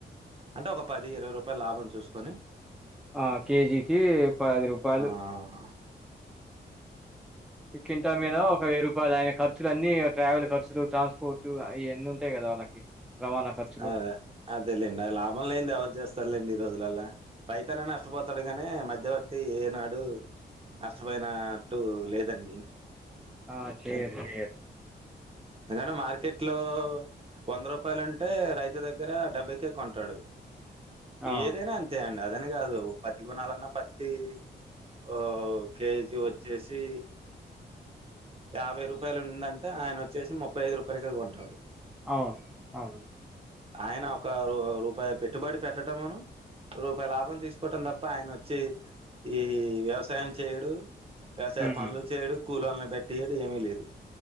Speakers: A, on the right; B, in the centre.
A: అంటే ఒక పది ఇరవై రూపాయ్ లాభం చూసుకొని
B: ఆ కేజీకి పది రూపాయలు
A: ఆహ
B: ఇకింటామేనా ఒక వేయి రూప్ వలాయన ఖర్చులన్నీ ట్రావెల్ ఖర్చులు ట్రాన్స్పోర్ట్ అ ఇయన్నీ ఉంటాయి గదా వాళ్ళకి రవాణా ఖర్
A: ఆ అదేలేండి అ లాభం లేంది ఎవరు చేస్తారులేండి ఈ రోజులలా రైతన్న నష్ట పోతాడు గానీ మధ్యవర్తి ఏనాడు నష్ట పోయినట్టు లేదండి
B: ఆ చేయరు
A: ఎన్‌
B: చేయరు
A: ఎదన్న మార్కెట్ లో వంద రూపాయలుం టే రైతు దగ్గర డబ్బైకే కొంటాడు
B: ఆ
A: ఏదైనా అంతే అంతే అండి అదని కాదు పత్తి కొణాలన్నా పత్తి ఓ కేజీ వచ్చేసి యాభై రూపాయలు ఉందంటే ఆయన వచ్చేసి ముప్పై ఐదు రూపాయలకే కొంటాడు
B: అవు అవును
A: ఆయన ఒక రూపాయి పెట్టుబడి పెట్టడంమును రూపాయి లాభం తీసుకోవటం తప్ప ఆయన వచ్చి ఈ వ్యవసాయం చేయడు వ్యవసాయ
B: ఉమ్
A: పనులు చేయడు కూలొలని బెట్టియడు ఏమీ లేదు